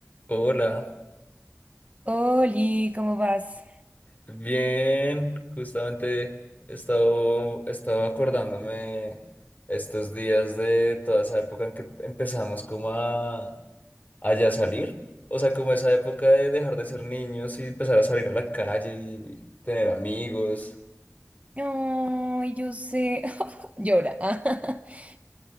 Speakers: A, on the left; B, on the right.
A: Hola,
B: Oli, ¿cómo vas?
A: bien, justamente he estado, he estado acordándome estos días de toda esa época en que empezamos como a, a ya salir, o sea, como esa época de dejar de ser niños y empezar a salir a la calle y, y tener amigos,
B: Ay, yo sé. <laughs> Llora. <laughs>